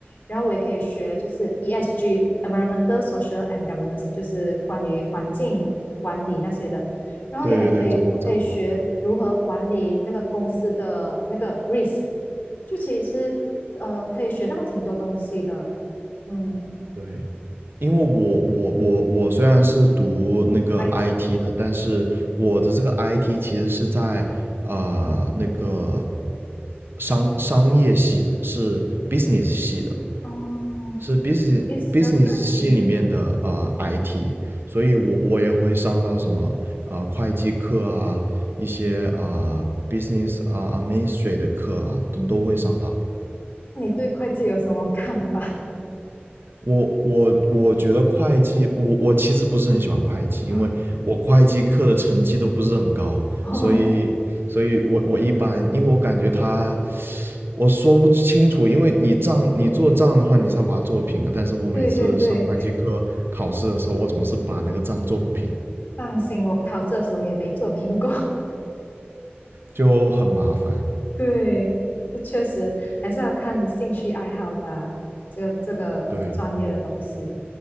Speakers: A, on the left; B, on the right.
A: 然后我也可以学就是 ESG（Environmental, Social and Governance），就是关于环境管理那些的。然后也还可以可以学如何管理那个公司的那个
B: 对对对，这我知道。
A: risk，就其其实呃可以学到挺多东西的。嗯，
B: 对，因为我我我我虽然是读那个
A: IT
B: IT 的，但是我的这个
A: 嗯，
B: IT 其实是在啊、呃那个商商业系的，是 business 系的，
A: 哦
B: 是 business
A: ，business
B: business
A: i
B: 系里面的啊、
A: t
B: 呃 IT，所以我我也会上到什么啊、呃会计课啊，一些啊、呃 business 啊、administrate 的课啊，
A: 嗯，
B: 都都会上到。
A: 那你对会计有什么看法？
B: 我我我觉得会计，我我其实不是很喜欢会计，因为我会计课的成绩都不是很高，
A: <laughs> 哦，
B: 所以所以我我一般，因为我感觉他，我说不清楚，因为你账你做账的话，你是要把它做平啊，但是我每次上会计课考试的时候，
A: 对对对，
B: 我总是把那个账做不平，
A: 放心，我考试的时候也没做评估。
B: 就很麻烦。
A: 对，这确实还是要看兴趣爱好吧，这个这个专业的东西。
B: 对，